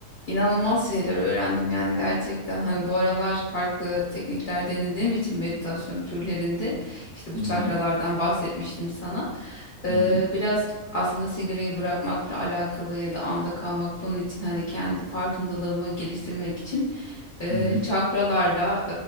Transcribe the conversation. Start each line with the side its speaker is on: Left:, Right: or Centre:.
Left: İnanılmaz şeyler öğrendim yani gerçekten. Hani bu aralar farklı teknikler denediğim için meditasyon türlerinde işte bu
Right: Hı
Left: çakralardan
Right: hı.
Left: bahsetmiştim sana. Ee,
Right: Hı hı.
Left: biraz aslında sigarayı bırakmakla alakalı ya da anda kalmak bunun için hani kendi farkındalığımı geliştirmek için e,
Right: Hı hı.
Left: çakralarla